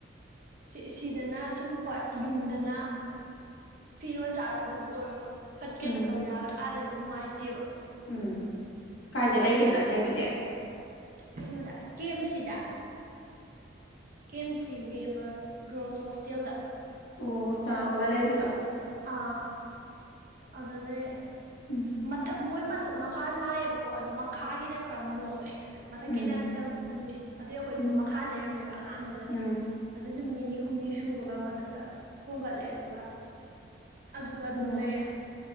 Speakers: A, on the right; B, on the left.
A: ꯁꯤ ꯁꯤꯗꯅ ꯁꯨꯝ ꯍꯣꯏ ꯌꯨꯝꯗꯅ ꯐꯤꯔꯣꯟ ꯆꯥꯔꯣꯟꯗꯕꯨ ꯑꯣꯏꯔꯣ ꯐꯠ ꯀꯩꯅꯣ
B: ꯎꯝ
A: ꯇꯧ ꯌꯥꯕꯗꯣ ꯑꯥ ꯑꯗꯨꯗꯗꯤ ꯅꯨꯡꯉꯥꯏꯇꯦꯕ
B: ꯎꯝ ꯀꯥꯏꯗ
A: ꯑꯗꯨꯒꯤ
B: ꯂꯩꯒꯦꯅ ꯂꯩꯕꯗꯤ
A: ꯀꯩꯅꯣꯗ ꯀꯦꯝꯁꯤꯗ ꯀꯦꯝ ꯁꯤ ꯒꯤ ꯑꯃ ꯒ꯭ꯔꯜꯁ ꯍꯣꯁꯇꯦꯜꯗ
B: ꯑꯣ ꯆꯪꯉꯛꯄꯒ
A: ꯑꯗꯨꯗ ꯂꯩꯔꯦ
B: ꯂꯩꯕꯗꯣ
A: ꯑꯥ ꯑꯗꯨꯗ ꯂꯩꯔꯑꯦ
B: ꯎꯝ
A: ꯃꯊꯛ ꯃꯣꯏ ꯃꯊꯛ ꯃꯈꯥ ꯅꯥꯏꯌꯦꯕꯀꯣ ꯑꯗꯨ ꯃꯈꯥꯒꯤꯅ ꯈꯔ ꯃꯣꯠꯂꯦ ꯃꯊꯛꯀꯤꯅ
B: ꯎꯝ
A: ꯈꯤꯇꯪ ꯂꯨꯏ ꯑꯗꯨꯏ ꯑꯩꯈꯣꯏꯗꯣ
B: ꯎꯝ
A: ꯃꯈꯥ ꯂꯩꯔꯝꯃꯦꯕ ꯑꯍꯥꯟꯕꯒꯗꯤ
B: ꯎꯝ
A: ꯑꯗꯨ ꯅꯨꯃꯤꯠ ꯅꯤꯅꯤ ꯍꯨꯝꯅꯤ ꯁꯨꯕꯒ ꯃꯊꯛꯇ ꯍꯣꯡꯒꯠꯂꯦ ꯑꯗꯨꯒ ꯑꯗꯨꯒ ꯑꯗꯨꯝ
B: ꯎꯝ
A: ꯂꯩꯔꯦ